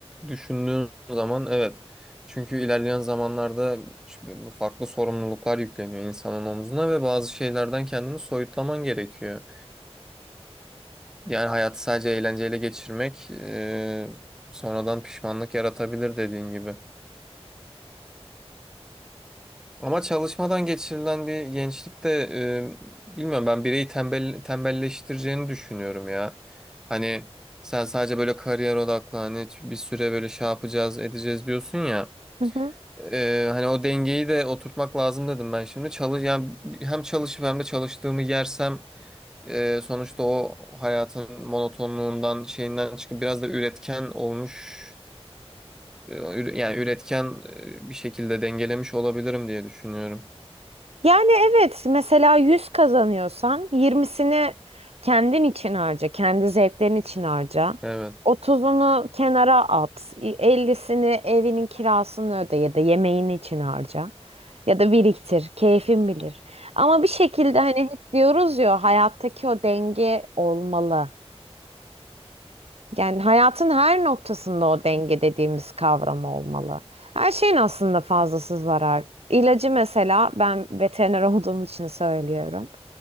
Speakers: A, in the centre; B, on the right.
A: düşündüğün zaman evet. Çünkü ilerleyen zamanlarda şimdi farklı sorumluluklar yükleniyor insanın omzuna ve bazı şeylerden kendini soyutlaman gerekiyor. Yani hayatı sadece eğlenceyle geçirmek e, sonradan pişmanlık yaratabilir dediğin gibi. Ama çalışmadan geçirilen bir gençlik de e, bilmiyorum ben bireyi tembel, tembelleştireceğini düşünüyorum ya. Hani sen sadece böyle kariyer odaklı hani bir süre böyle şey yapacağız edeceğiz diyorsun ya.
B: Hı hı.
A: E, hani o dengeyi de oturtmak lazım dedim ben şimdi. Çalış, yani hem çalışıp hem de çalıştığımı yersem e, sonuçta o hayatın monotonluğundan şeyinden çıkıp biraz da üretken olmuş e, üre- yani üretken e, bir şekilde dengelemiş olabilirim diye düşünüyorum.
B: Yani evet mesela 100 kazanıyorsan yirmisini kendin için harca, kendi zevklerin için harca.
A: Evet.
B: otuzunu kenara at, i- 50'sini evinin kirasını öde ya da yemeğin için harca. Ya da biriktir, keyfin bilir. Ama bir şekilde hani hep diyoruz ya hayattaki o denge olmalı. Yani hayatın her noktasında o denge dediğimiz kavram olmalı. Her şeyin aslında fazlası zarar. İlacı mesela ben veteriner <laughs> olduğum için söylüyorum.